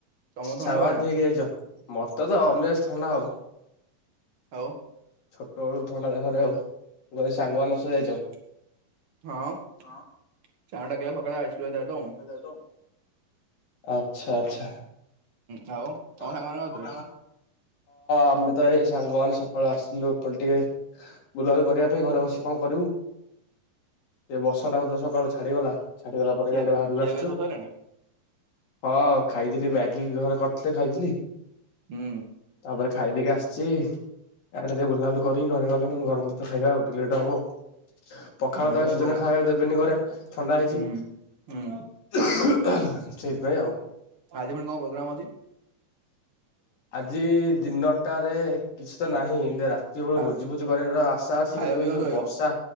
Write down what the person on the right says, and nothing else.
ତମକୁ ଥଣ୍ଡା
ହୁଏ ନା?
ଆଉ?
ହଁ ଚାଙ୍ଗ
ଟକିଲ ସକାଳଳେ ଆଇସ୍ିଲ
ହଁ ଆଉ? ତମ
ସାଙ୍ଗମାନଙ୍କ କତିରେ
ଖିଆପିଆ
ଖିଆପିଆ
ସବୁ ସଇଲାଣି?
ହୁଁ,
ଆଜି
ପୁଣି
ପ୍ରୋଗ୍ରାମ।
ହୁଁ। ହୁଁ
ଆଜି ପୁଣି କଣ ପ୍ରୋଗ୍ରାମ ଅଛି?
ଖା
ଖାଇବ
ପିଇବ
ଶୋଇବ।